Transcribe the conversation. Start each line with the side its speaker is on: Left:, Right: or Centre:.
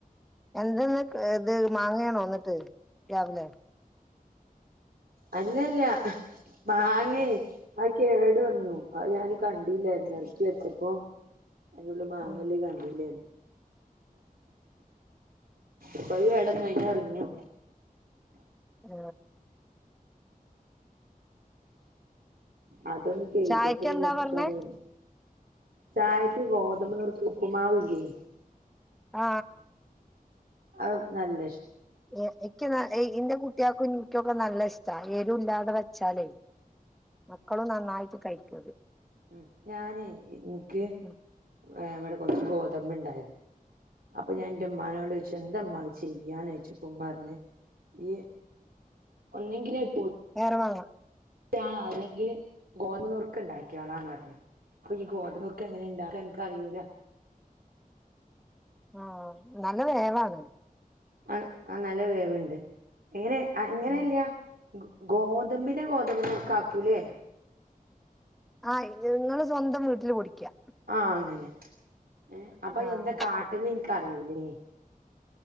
Centre: എന്തോ ഏതെ മാങ്ങയാണോ ന്നിട്ട് രാവിലെ
Right: അല്ലല്ല മാങ്ങയെ ആയു കേടു വന്നു ആയു ഞാനു കണ്ടില്ലാരുന്നു വച്ചേപ്പം അയിനുള്ളിൽ മാങ്ങെള്ളേ
Centre: ഉം
Right: കണ്ടില്ലാരുന്നു പ്പ അത് കെടന്ന് അത് എറിഞ്ഞു
Centre: ആ
Right: അതോന്ന് കൈകട്ടെ
Centre: ചായക്ക്
Right: വിചാരിച്ചിട്ടാണ്
Centre: എന്താ പറഞ്ഞേ
Right: ചായയ്ക്കെ ഗോതമ്പുനുറുക്കെ ഉപ്പുമാവില്ലേ
Centre: ആ
Right: ആവൂ നല്ലേ
Centre: <unintelligible> ഏ ഇന്റെ കുട്ടിയെക്കും ക്കൊക്കെ നല്ല ഇഷ്ടാ എരുല്ലാതെ വെച്ചാലേ മക്കളു നന്നായിട്ടു കഴി ഒരു
Right: ഉം ഞാനേ എനിക്ക്
Centre: ഉം
Right: വേ ഇവിടെ കൊറച്ച് ഗോത മ്പ് ഇണ്ടായിരുന്ന്- അപ്പം ഞാൻ
Centre: ഉം
Right: എന്റുമ്മാനോട് ചോദിച്ച് എന്ത്മ്മാ ചെയ്യാന്ന് വെച്ചപ്പം ഉമാപറഞ്ഞ് ഈ ഒന്ന്ങ്കില്-
Centre: വേറെ വാങ്ങം-
Right: ഞാനാണെങ്കിഗോതമ്പ് നുറുക്ക് ഉണ്ടാക്കിക്കോളാന്ന് പറഞ്ഞ്അപ്പ ഈ ഗോതമ്പ് നുറ് ക്ക് എങ്ങനെയാ ഇണ്ടാക്ക്ക എക്കറിയൂല-
Centre: ആ നല്ല വേവാ അത്-
Right: അ ആ നല്ല വേവുണ്ട്. എങ്ങനെ ആ ഇങ്ങനെയല്ല
Centre: ഉം
Right: ഗോ ഗോതമ്പിനെ ഗോതമ്പ് നുറുക്ക് ആക് കൂലേ?
Centre: ആ ഇതുങ്ങള് സ്വന്തം വീട്ടില് പൊടിക്കാ.
Right: ആഹ് അങ്ങനെ. ഏ അപ്പം
Centre: ആഹ്
Right: എന്താ
Centre: ഓക്കെ
Right: കാട്ടുന്നെ എനിക്ക് അറിയൂല ഇനി.